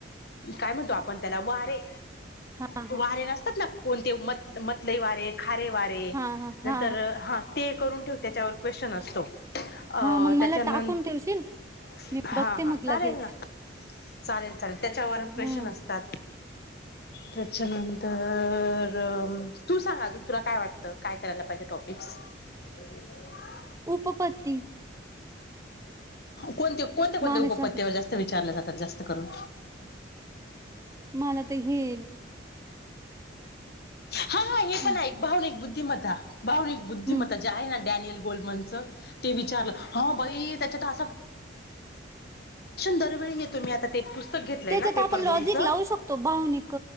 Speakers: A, on the left; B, on the right.
A: काय म्हणतो आपण त्याला वा े
B: हा हा
A: वारे नसतात ना कोणते मत मतलई वारे खारे वारे
B: हा हा हा
A: नंतर हा ते करून ठेव त्याच्यावर क्वेश्चन असतो अ
B: हा मग
A: त्याच्यानंत
B: मला टाकून ठेवशील मी
A: हा
B: बघते
A: हा
B: मग
A: चालेल
B: लगेच
A: ना चालेल चालेल त्याच्यावर क्वेश्चन
B: हा
A: असतात त्याच्यानंतर तू सांग अजून तुला काय वाटतं काय करायला पाहिजे टॉपिक्स हम्
B: उपपत्
A: कोणत्या कोणत्या कोणत्या
B: मानसशास्त्र
A: उपपत्त्यावर जास्त विचारल्या जातात जास्त करून
B: मला तर हेन
A: हा हे
B: हम्म
A: पण आहे भावनिक बुद्धिमत्ता भावनिक बुद्धिमत्ता
B: हम्म
A: ज निल ग विचारलं त्या दरवेळी येतो मी आता ते पुस्तक घेतलंय
B: त्याच्यात
A: ना पेपर
B: आपण लॉजिक
A: दोनचं
B: लावू शकतो भावनिक